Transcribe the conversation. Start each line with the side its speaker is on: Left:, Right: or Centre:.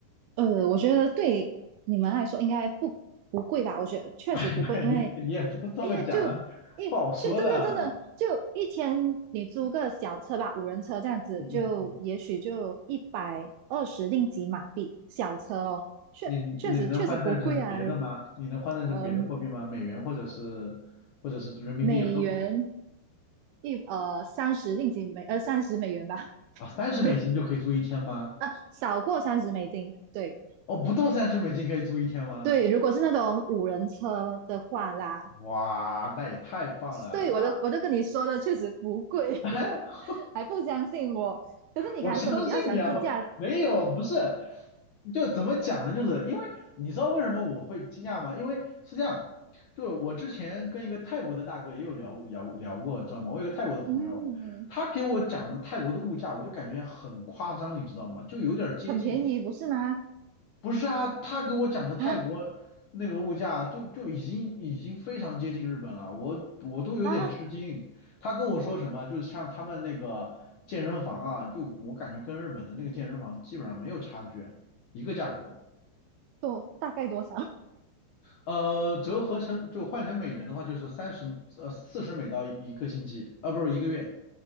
Right: 呃，我觉得对你们来说应该不不贵吧？我觉得确实不贵，
Left: <laughs>
Right: 因为
Left: 你你也不用这么讲了，
Right: 因为就一是真的真的就一天你租个小车吧，
Left: 不好说的。
Right: 五人车这样子，
Left: 嗯嗯嗯，
Right: 就也许就一百二十令吉马币小车咯，确确实确实不贵啊，
Left: 你你能换算成别的吗？
Right: 如
Left: 你能换算成别的货币吗？
Right: 呃
Left: 美元或者是或者是人民币有都可以
Right: 美元一呃三十令吉美呃三十美元吧，
Left: 啊，三十美金就可以租一天吗？
Right: <laughs> 对啊，少过三十美金，对。
Left: 哦，不到三十美金可以住一天吗？
Right: 对，如果是那种五人车的话啦，
Left: 哇，那也太棒了！
Right: 对，
Left: 那
Right: 我都我都跟你说了，确实不贵，
Left: <laughs>
Right: <laughs> 还不相信我。可是你刚才说你比较喜欢自驾，
Left: 我相信你啊，没有，不是，就怎么讲呢？就是因为你知道为什么我会惊讶吗？因为是这样，就是我之前跟一个泰国的大哥也有聊聊聊过，知道吗？我有个泰国的朋友，
Right: 嗯，
Left: 他给我讲的泰国的物价，我就感觉很夸张，你知道吗？就有点儿接近
Right: 很便宜，不是吗？
Left: 不是啊，他给我讲的泰国那个物价就就已经已经非常接近日本了，
Right: 啊
Left: 我我都有点吃惊。
Right: 啊，
Left: 他跟我说什么，就是像他们那个健身房啊，就我感觉跟日本的那个健身房基本上没有差距，一个价格。
Right: 多大概多少？
Left: 呃，折合成就换成美元的话，就是三十呃四十美刀一个星期，啊不是一个月。